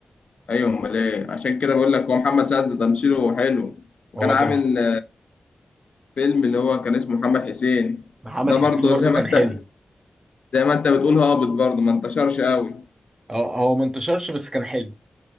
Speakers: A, on the left; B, on the right.
A: ايوه امال ايه عشان كده بقول لك هو محمد سعد ده تمثيله حلو وكان
B: هو
A: عامل
B: كان
A: فيلم اللي هو كان اسمه محمد حسين
B: محمد
A: ده برضه
B: حسين ده برضه
A: زي ما
B: كان
A: انت
B: حلو
A: زي ما انت بتقول هابط برضه ما انتشرش قوي
B: هو هو ما انتشرش بس كان حلو